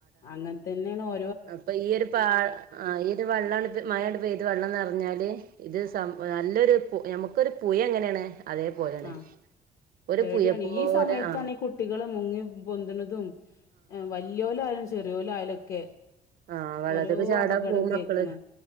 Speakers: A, on the left; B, on the right.
A: അങ്ങൻതന്നെയാണ് ഓ
B: ആഹ് അപ്പ ഈ ഒരു പാ ആ ഈ ഒരു വെള്ളാണ് ഇപ്പൊ മഴിണ്ട് പെയ്തു വെള്ളം നെറഞ്ഞാല് ഇതൊരു സം നല്ലൊരു <unintelligible> ഞമക്കൊരു പുയ എങ്ങനെയാണ് അതേപോലെയാണ്
A: ആഹ്
B: ഒരു
A: പേടിയാണ്
B: പുഴ പോലെ
A: ഈ സമയത്താണ്
B: ആ
A: ഈ കുട്ടികള് മുങ്ങി പൊന്തണതും വലിയോലായാലും ചെറിയോലായാലും ഒക്കെ
B: ആഹ് വെള്ളത്തിക്ക്
A: ഓരോ
B: ചാടാ
A: അപകടം
B: പോവും
A: കേക്കണ്
B: മക്കള്,